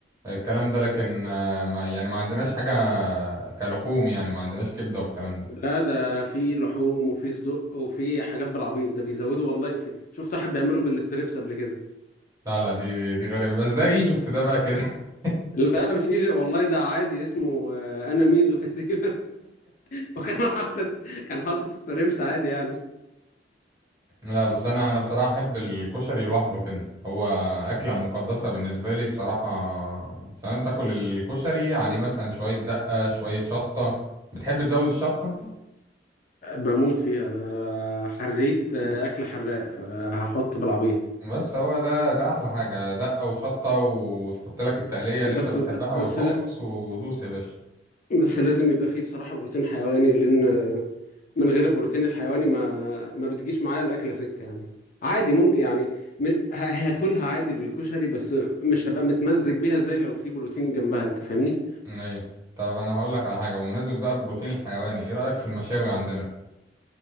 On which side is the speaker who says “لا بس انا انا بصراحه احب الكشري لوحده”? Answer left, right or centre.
Right